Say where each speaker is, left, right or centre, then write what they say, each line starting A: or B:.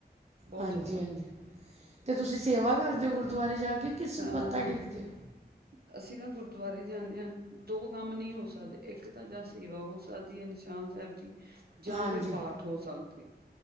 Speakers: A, on the right; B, on the right.
A: ਬਹੁਤ
B: ਹਾਂਜੀ-ਹਾਂਜੀ,
A: ਜ਼ਿਆਦਾ
B: ਤੇ ਤੂਸੀ ਸੇਵਾ ਕਰਦੇ ਓ ਗੁਰਦੁਆਰੇ ਜਾ ਕੇ? ਕਿ ਸਿਰਫ
A: ਅ
B: ਮੱਥਾ ਟੇਕਦੇ ਹੋ
A: ਅਸੀ ਨਾ ਗੁਰਦੁਆਰੇ ਜਾਂਨੇ ਆ, ਦੋ ਕਾੰਮ ਨੀ ਹੋ ਸਕਦੇ, ਇੱਕ ਤਾਂ ਜਾਂ ਸੇਵਾ ਹੋ ਸਕਦੀ ਐ ਨਿਸ਼ਾਨ ਸੈਬ ਦੀ ਜਾਂ
B: ਹਾਂਜੀ
A: ਫੇਰ ਪਾਠ ਹੋ ਸਕਦੇ ਆ,